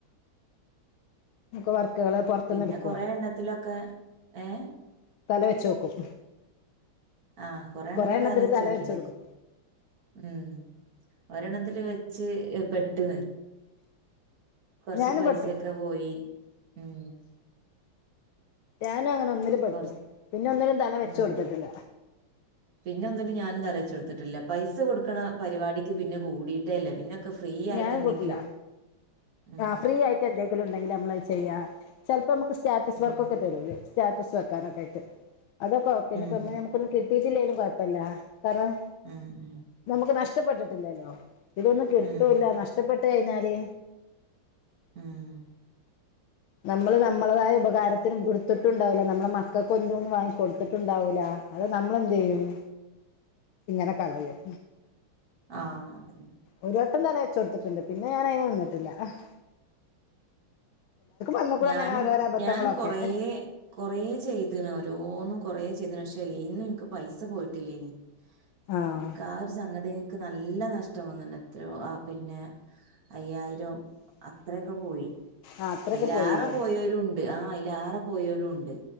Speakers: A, on the left (about 80°); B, on the right (about 45°).
A: നമുക്ക് വർക്കുകള് പുറത്തുന്ന്
B: പിന്നെ
A: എടുക്കുവോ
B: കൊറെ എണ്ണത്തിലൊക്കെ ഏഹ്
A: തല വെച്ച് നോക്കും
B: ആഹ് കൊറേണ്ണത്തില്
A: കൊറെ എണ്ണത്തില്
B: തല വെച്ച് നോക്കീന്
A: കൊടുക്കും
B: ഉം ഒരെണ്ണത്തില് വെച്ച് പെട്ട്ണ് കൊറച്ച്
A: ഞാനും
B: പൈസേക്ക
A: പെട്ടു
B: പോയി ഉം
A: ഞാനും അങ്ങനെ ഒന്നില് പെട്ടു
B: കൊറ
A: പിന്നെ ഒന്നിലും തല വെച്ച്
B: ആഹ്
A: കൊടുത്തിട്ടില്ല
B: പിന്നെ ഒന്നിലും ഞാനും തല വെച്ച് കൊടു ത്തിട്ടില്ല പൈസ കൊടുക്കണ പരിപാടിക്ക് പിന്നെ കൂടിയിട്ടേല്ല പിന്നൊക്ക ഫ്രീ ആയിട്ട്
A: ഞാനും
B: എന്തെങ്കിലും
A: കൂട്ടില്ല
B: ഉം
A: ആഹ് ഫ്രീ ആയിട്ട് എന്തെങ്കിലും ഉണ്ടെങ്കില് നമ്മളത് ചെയ്യാ ചെലപ്പോ നമുക്ക് സ്റ്റാറ്റസ്
B: ഉം
A: വർക്ക് ഒക്കെ തരുലേ സ്റ്റാറ്റസ് വെക്കാനൊക്കെ ആയിട്ട് അതൊക്കെ ഓക്കെ ഇനിപ്പം
B: ഉം
A: ഇമ്മ ഞമ്മ ക്കൊന്നും കിട്ടീട്ടില്ലേലും കൊഴപ്പല്ല കാരണം
B: ഉം ഉം
A: നമുക്ക് നഷ്ടപ്പെട്ടിട്ടില്ലല്ലോ ഇതൊന്നും കിട്ടൂല്ല
B: ഉം
A: നഷ്ടപ്പെട്ട് കഴിഞ്ഞാല്
B: മ്ഹ്
A: നമ്മള് നമ്മളേതായ ഉപകാരത്തിന് എടുത്തിട്ടുണ്ടാവൂല നമ്മളെ മക്കക്ക് എന്ത് ഒന്നും വാങ്ങി കൊടുത്തിട്ടുണ്ടാവൂല അത് നമ്മളെന്ത് ചെയ്യും ഇങ്ങനെ കളയും
B: ആഹ്
A: ഒരു വട്ടം തല വെച്ച് കൊടുത്തിട്ടുണ്ട് പിന്ന ഞാനതിന് നിന്നിട്ടില്ല അഹ് വന്നക്കൂടെ
B: ഞാനും
A: അങ്ങനെ ഓരോരോ അബദ്ധങ്ങളൊക്കെ
B: ഞാനും കൊറേ കൊറേ ചെയ്ത്ണ് ഓരോന്നും കൊറേ ചെയ്ത്ണ് പക്ഷെ എതിന്നും എനിക്ക് പൈസ പോയ്ട്ടില്ലേനി
A: ആഹ്
B: എന്ക്ക ആ ഒര് സംഗതിയെ എനിക്ക് നല്ല നഷ്ടം വന്നണ് എത്രയോ ആ പിന്നെ അയ്യായിരോ അത്രെക്ക പോയി
A: ആഹ് അത്രൊക്കെ
B: അയ്ലെറ
A: പോയില്ലേ
B: പോയോരുണ്ട് ആഹ് അയ്ലാറ പോയോരു ഉണ്ട്